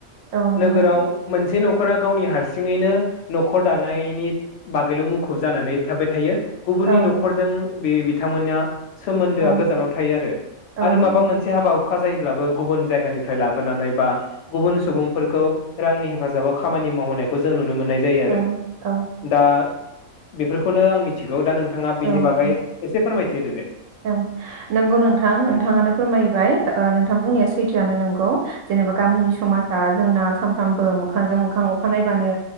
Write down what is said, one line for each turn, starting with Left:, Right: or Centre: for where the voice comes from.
Right: औ नंगौ
Left: नोगोराव
Right: नोंथां
Left: मोनसे नख न'खरा गावनि हारसिङैनो न'खर दानायनि बागैल' मुखुब जानानै थाबाय थायो। गुबुननि
Right: औ
Left: नखरजों बे बिथांमोना सोमोन्दोआ
Right: औ
Left: गोजानाव थायो आरो,
Right: औ
Left: आरो
Right: नंगौ
Left: माबा
Right: नोंथां
Left: मोनसे हाबा हु अखा जायोब्लाबो गुबुन जायगानिफ्राय लाबोनानै बा गुबुन सुबुंफोरखौ रांनि हेफाजाबाव खामानि मावहोनायखौ जों नुनो मोननाय जायो आरो
Right: औ
Left: दा बेफोरखौनो आं मिथिगौ दा नोंथा थाङा बेनि
Right: औ
Left: बागै
Right: औ
Left: एसे फोरमाय थि होदों दे।
Right: औ नोंगौ नोंथां नोंथाङानो फोरमायबाय ओ‌ नोंथां बुंनाया सैथोआनो नोंगौ जेनेबा गामिनि समाजा जोंना सानफ्रामबो मोखांजों मोखां अखा नायबानो